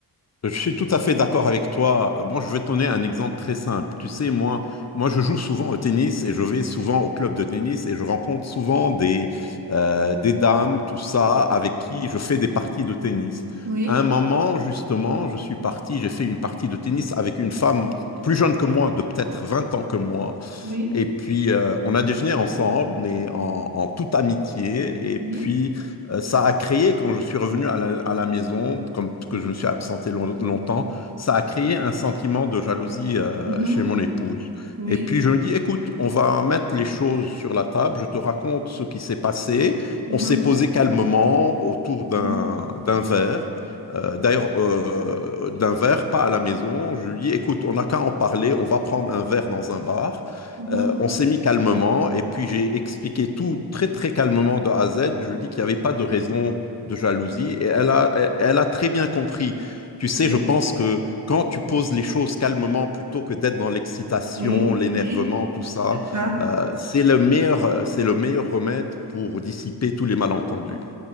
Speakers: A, on the left; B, on the right.
A: Je suis tout à fait d'accord avec toi. Euh, Bon, je vais te donner un exemple très simple. Tu sais, moi, moi, je joue souvent au tennis et je vais souvent au club de tennis et je rencontre souvent des, euh, des dames, tout ça, avec qui je fais des parties de tennis.
B: Oui,
A: À un moment, justement, je suis parti, j'ai fait une partie de tennis avec une femme plus jeune que moi, de peut-être 20 ans que moi.
B: oui,
A: Et puis, euh, on a déjeuné ensemble, mais en, en toute amitié. Et puis,
B: oui,
A: euh, ça a créé, quand je suis revenu à la, à la maison, comme parce que je me suis absenté long- longtemps, ça a créé un sentiment de jalousie euh,
B: mhm,
A: chez mon épouse.
B: oui,
A: Et puis, je me dis, écoute, on va mettre les choses sur la table. Je te raconte ce qui s'est passé.
B: mhm,
A: On s'est posé calmement autour d'un
B: oui,
A: d'un verre. Euh, d'ailleurs, euh, d'un verre, pas à la maison. Je lui dis, écoute, on n'a qu'à en parler. On va prendre un verre dans un bar.
B: mhm,
A: Euh, on s'est mis calmement et puis j'ai expliqué tout très très calmement de A à Z. Je lui ai dit qu'il n'y avait pas de raison de jalousie et elle a, elle elle a très bien compris. Tu sais,
B: Oui,
A: je pense que quand tu poses les choses calmement plutôt que d'être dans l'excitation,
B: oui,
A: l'énervement,
B: oui,
A: tout ça,
B: c'est ça.
A: euh, c'est le meilleur, c'est le meilleur remède pour dissiper tous les malentendus.